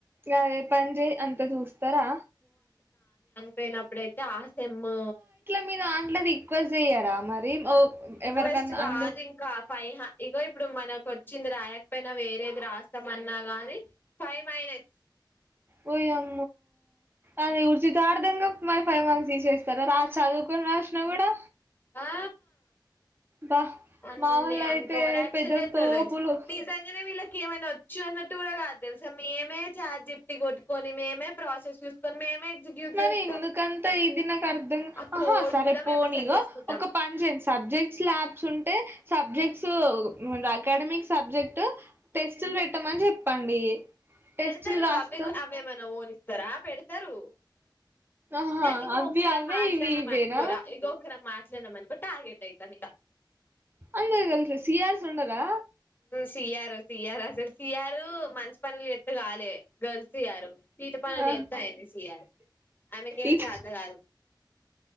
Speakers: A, on the right (about 25°); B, on the left (about 25°).
A: అదే పనిజే అంత చూస్తారా
B: పోయినప్పుడ అయితే సమ్మా
A: మీ దాంట్ల రిక్వెస్ట్ చెయ్యరా మరి ఓ ఎవరికన్నా
B: వస్ట్ కా
A: అందరు
B: ఇంైవ్ ఇ ఇప్పుడు మనకు వచ్చింది రాయకపోయినా వేరేది రాస్తామన్నా గాని ఫైవ్ మైనస్
A: వయం అేర్జ చారు దంగా మై ఫైవ్ మార్క్స్ తీసేస్తారా రా చదువుకుొని రాసినా కూడా
B: ఆ
A: బా
B: అన్నీ
A: మావోళ్ళు
B: అంతరాక్షన్
A: అయితే పెద్ద
B: చెస్తాారు
A: తోపులు
B: తెలుసా తీస అంగనే వీళ్ళకి ఏమైనా వచ్చు అన్నట్టు కూడా కాదు తెలుసా మేమే చఛార్జి కొట్టుకొని మేమే ప్రాసెస్ చూసుకొని మేమే ఎగ్జిక్యూట్
A: మరి
B: చేస్తాం
A: ఎందుకంతా ఈదిినక అర్థంగా
B: ఆ
A: ఆహా
B: కోడ్
A: సరే
B: కూడా
A: పోనీగ
B: మేమే సెట్ చేసుకుంటాం
A: ఒక పనిచయండి సబ్జెక్ట్స్ ల్యాబ్స్ ఉంటే సబ్జెక్ట్స్ అకాడమిక్ సబ్జెక్ట్ టెస్టులు పెట్టమని చెప్పండి
B: పెడతారు
A: టెస్టులు రాస్తాం
B: అవిే అవే మన ఓలిస్త తరా పెడతారు
A: ఆహా
B: ఇది ఇగ
A: అవి
B: ఒకక్కర
A: అవే
B: మాట్లాడన
A: ఇవి ఇవేనా
B: అన్కోరా ఇగ ఒకర మాట్ మనకు టార్గెట్ అయితాను ఇ
A: అంగల్ సయల్ స ఉండరా
B: సియారా సియారస సియారు మంచి పనులు కాల గర్ల్ సయారు సీత పనులు
A: ఆ
B: ఎత్తాయింది సయాల ఆమెకు ఏం
A: ఇటు
B: చేత కాదు